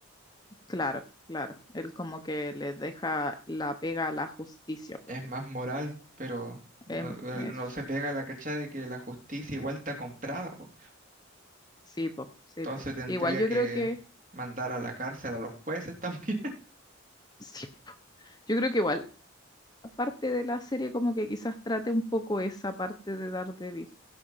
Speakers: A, on the left; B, on the right.
A: Claro, claro. Él como que le deja la pega a la justicia, pero
B: es más moral, pero no,
A: em,
B: él
A: eso.
B: no se pega la cachada de que la justicia igual está comprada, pues,
A: Sí, po, sí,
B: entonces
A: po.
B: tendría
A: Igual yo
B: que
A: creo que
B: mandar a la cárcel a los jueces <laughs> también.
A: Sí, po. yo creo que igual, parte de la serie como que quizás trate un poco esa parte de Daredevil,